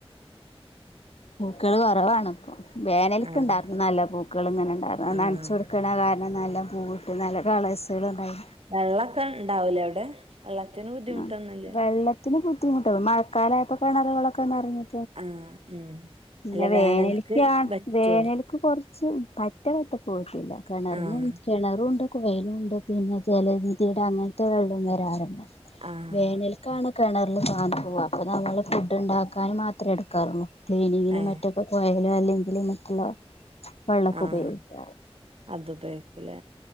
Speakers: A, on the left (about 75°); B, on the right (about 65°).
A: പൂക്കള് കുറവാണ് ഇപ്പൊ വേനലക്കുണ്ടായിരുന്നു
B: ആഹ്
A: നല്ല പൂക്കൾ ഇങ്ങനെ ഉണ്ടായിരുന്നു
B: ആഹ്
A: നനച്ചുക കൊടുക്കണ കാരണം നല്ല പൂവി ഇട്ട് നല്ല കള സലാണ്ടായി
B: വെള്ളമൊക്കെ ഉണ്ടാവൂലേ അവിടെ വെള്ളത്തിന് ബുദ്ധിമുട്ടൊന്നുല്ല
A: ആ വെള്ളത്തിന് ബുദ്ധിമുട്ട് മഴക്കാല ആയപ്പോ കിണറുകളളൊക്കെന്ന്റിഞ്ഞ്
B: ആഹ ഉം
A: പിന്നെ
B: അല്ല
A: വേനലക്കാണ്
B: വേനൽക്ക് പറ്റോ
A: വേനലക്ക് കുറച്ചു കുറച്ച് പറ്റ പറ്റ പോട്ടില്ല കിണറി
B: ആഹ്
A: കിണറുംണ്ട് കുയലും ഉണ്ട് പിന്നെ ജലനിതിടെ അങ്ങനത്തെ വെള്ളം വരാറുണ്ട്
B: ആഹ്
A: വേനൽക്കണ കിണറില് സാ പോവാ അപ്പൊ നമ്മള് ഫുഡ് ഉണ്ടാക്കാനൻ മാത്രേ എടുക്കാറുള്ളു ക്ലീനിങ്ങിനും
B: ഏഹ്
A: മറ്റൊക്കെ കോയലും അല്ലെങ്കില് മറ്റുള്ള വെള്ളമൊക്കെ
B: ആഹ്
A: ഉപയോഗിക്കാറ്
B: അത് ഉപയോഗിക്കൂലേ